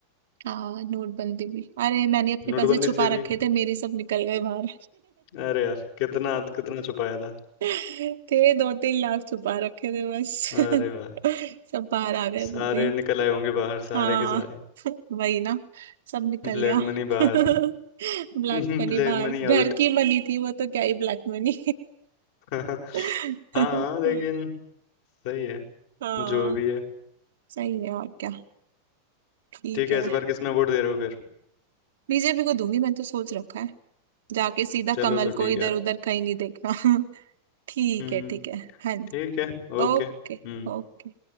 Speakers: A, on the right (about 60°); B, on the left (about 50°).
A: हाँ नोटबंदी भी अरे मैंने अपने
B: नोटबंदी
A: पैसे छुपा
B: से भी
A: रखे थे मेरे सब निकल गए बाहर
B: अरे यार कितना कितना छुपाया था
A: <laughs> थे दो तीन लाख छुपा रखे थे बस
B: अरे
A: <laughs>
B: वाह
A: सब बाहर आ गए
B: सारे
A: वो भी
B: निकल आए होंगे बाहर सारे
A: हाँ
B: के सारे
A: <laughs> वही ना सब निकल
B: ब्लैक
A: गया
B: मनी
A: <laughs>
B: बाहर
A: ब्लैक
B: <laughs>
A: मनी
B: Black
A: बाहर
B: money
A: घर
B: out
A: की मनी थी वो तो क्या ही ब्लैक मनी
B: <laughs>
A: <laughs>
B: हाँ लेकिन सही है
A: हाँ
B: जो भी है
A: सही है और क्या ठीक
B: ठीक है
A: है
B: इस बार किस में वोट दे रहे हो फिर
A: बीजेपी को दूंगी मैं तो सोच रखा है जाके सीधा
B: चलो
A: कमल
B: तो ठीक
A: को इधर
B: है
A: उधर कहीं नहीं देखना <laughs> ठीक
B: हम्म
A: है ठीक है हाँ जी
B: ठीक है ओके
A: ओके
B: हम्म
A: ओके